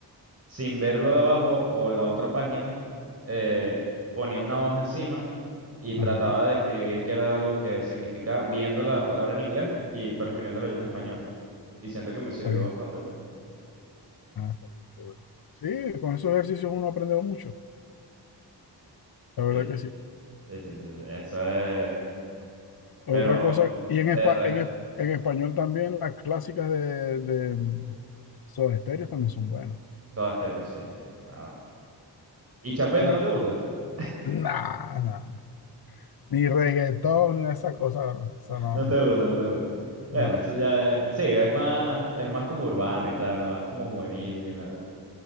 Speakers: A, on the right; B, on the left.
A: sin verlo de abajo o la otra página, eh, ponía una hoja encima y trataba
B: ajá,
A: de escribir qué era lo que significaba, viendo la palabra en inglés y pero escribiéndolo yo en español. Y siento que me sirvió
B: está bien.
A: bastante, pues.
B: Ah, qué bien, qué bueno. Sí, con esos ejercicios uno aprende mucho, la verdad
A: Sí,
B: que sí.
A: sí, sí, sí, sí, eso es.
B: Otra
A: Pero
B: cosa, y en, espa-
A: de resto,
B: en, es- en español también las clásicas de, de mm, Soda Stereo también son buenas.
A: todo estéreo, sí, sí, claro. ¿Y chapeta
B: No,
A: no te gusta? <laughs>
B: nah, nah, ni reggaetón ni esa cosa, bro. Eso no,
A: No te gusta, no te gusta. Bueno,
B: no,
A: eso
B: no,
A: ya
B: me-
A: es, sí, es más, es más como urbano y tal, más como juvenil y la-